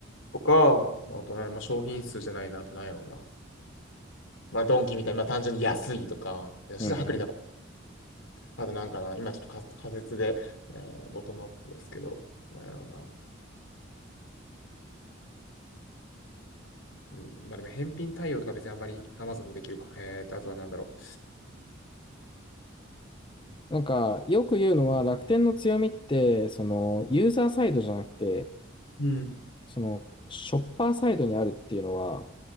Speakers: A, on the left; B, on the left.
A: とか、あとね、まあ商品数じゃないな、あとなんやろうな。まあドンキみたいな、まあ単純に安いとか、そして薄利多売。
B: うんうん。
A: あとなんかな、今ちょっと仮仮説で、えーボトムアップですけど、なんやろうな。うん、まあでも返品対応とか別にあんまり Amazon できるか。えーと、あとはなんだろう。
B: なんか、よく言うのは楽天の強みって、その、ユーザーサイドじゃなくて、
A: うん。
B: その、ショッパーサイドにあるっていうのは、